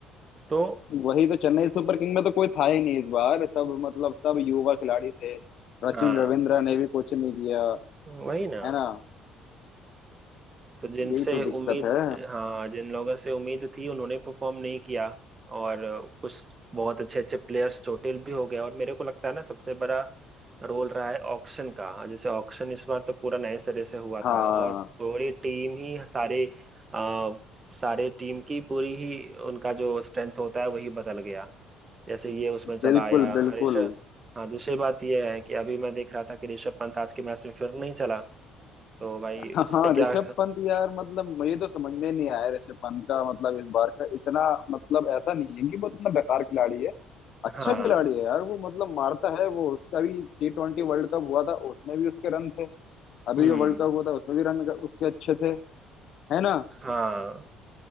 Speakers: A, on the right (about 20°); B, on the left (about 55°).
A: तो
B: वही तो चेन्नई सुपर किंग में तो कोई था ही नहीं इस बार सब मतलब सब युवा खिलाड़ी थे सचिन
A: हाँ
B: रविंद्र ने भी कुछ नहीं किया
A: वही ना
B: है ना
A: तो जिनसे
B: यही तो दिक्कत
A: उम्मीद
B: है
A: हाँ जिन लोगों से उम्मीद थी उन्होंने परफॉर्म नहीं किया और कुछ बहुत अच्छे अच्छे प्लेयर्स चोटिल भी हो गए और मेरे को लगता है ना सबसे बड़ा रोल रहा है ऑक्शन का जैसे ऑक्शन इस बार तो पूरा नए सिरे से हुआ
B: हाँ
A: था और पूरी टीम ही सारे आ, सारे टीम की पूरी ही उनका जो स्ट्रेंथ होता है वही बदल गया जैसे ये उसमें चला
B: बिल्कुल
A: आया
B: बिल्कुल
A: ऋषभ हाँ दूसरी बात ये है कि अभी मैं देख रहा था कि ऋषभ पंत आज के मैच में फिर नहीं चला तो भाई
B: हाँ
A: उस
B: हाँ,
A: पे क्या
B: ऋषभ पंत यार मतलब मुझे तो समझ में नहीं आया ऋषभ पंत का मतलब इस बार का इतना मतलब ऐसा नहीं है कि वो इतना बेकार खिलाड़ी है अच्छा
A: हाँ
B: खिलाड़ी है यार वो मतलब मारता है वो उसका भी टी ट्वेंटी वर्ल्ड कप हुआ था उसमें भी उसके रन थे अभी
A: हम्म
B: जो वर्ल्ड कप हुआ था उसमें भी रन उसके अच्छे थे है ना
A: हाँ